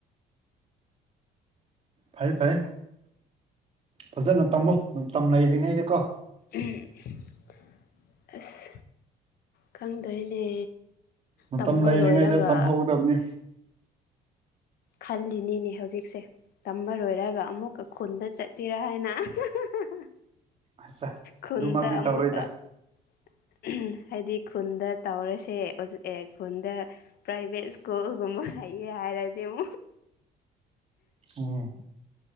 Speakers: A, on the right (about 35°); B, on the left (about 65°).
A: ꯐꯩ ꯐꯩ ꯐꯖꯅ ꯇꯝꯃꯣ ꯃꯇꯝ ꯂꯩꯔꯤꯉꯩꯗꯀꯣ꯫
B: <unintelligible> ꯑꯁ ꯈꯪꯗ꯭ꯔꯦꯅꯦ꯫
A: ꯃꯇꯝ
B: ꯇꯝꯕ
A: ꯂꯩꯔꯤꯉꯩꯗ
B: ꯂꯣꯏꯔꯒ
A: ꯇꯝꯍꯧꯒꯗꯕꯅꯤ꯫
B: ꯈꯜꯂꯤꯅꯤꯅꯦ ꯍꯧꯖꯤꯛꯁꯦ ꯇꯝꯕꯔꯣꯏꯔꯒ ꯑꯃꯨꯛꯀ ꯈꯨꯟꯗ ꯆꯠꯇ꯭ꯔꯤꯔꯥ ꯍꯥꯏꯅ <unintelligible>
A: ꯑꯁꯁ
B: ꯈꯨꯟꯗ
A: ꯑꯗꯨ ꯃꯛꯇꯤ
B: ꯑꯃꯨꯛꯀ
A: ꯇꯧꯔꯣꯏꯗ
B: <unintelligible> ꯍꯥꯏꯗꯤ ꯈꯨꯟꯗ ꯇꯧꯔꯦꯁꯦ <unintelligible> ꯈꯨꯟꯗ ꯄ꯭ꯔꯥꯏꯚꯦꯠ ꯁ꯭ꯀꯨꯜꯒꯨꯝꯕ ꯂꯩꯌꯦ ꯍꯥꯏꯔꯗꯤ <unintelligible>
A: ꯑꯝ